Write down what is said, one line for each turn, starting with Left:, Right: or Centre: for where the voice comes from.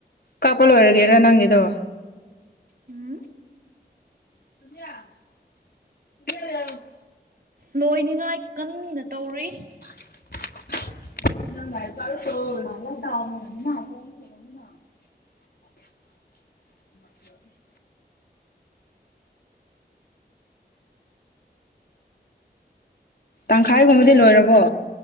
Left: ꯀꯥꯞꯄ ꯂꯣꯏꯔꯒꯦꯔ ꯅꯪꯒꯤꯗꯣ
Right: ꯍꯝ
Left: <unintelligible>
Right: ꯂꯣꯏꯅꯤꯠꯉꯥꯏ ꯀꯟꯅ ꯇꯧꯔꯤ
Left: <unintelligible> <inaudible> ꯇꯥꯡꯈꯥꯏꯒꯨꯝꯕꯗꯤ ꯂꯣꯏꯔꯕꯣ